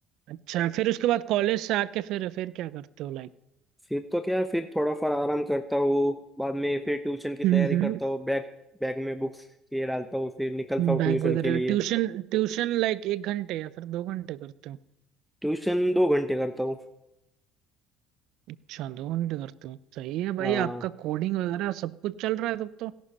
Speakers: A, on the right; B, in the centre.
A: अच्छा फिर उसके बाद कॉलेज से आके फिर फिर क्या करते हो लाइक
B: फिर तो क्या फिर थोड़ा फार आराम करता हूँ बाद में फिर ट्यूशन की तैयारी
A: हम्म
B: करता हूँ बैग बैग में बुक्स ये डालता हूँ फिर निकलता हूँ
A: बैंक
B: ट्यूशन
A: वगैरह
B: के लिए
A: ट्यूशन ट्यूशन लाइक एक घंटे या फिर दो घंटे करते हो
B: ट्यूशन दो घंटे करता हूँ
A: अच्छा दो घंटे करते हो सही है भाई
B: हाँ
A: आपका कोडिंग वगैरह सब कुछ चल रहा है तब तो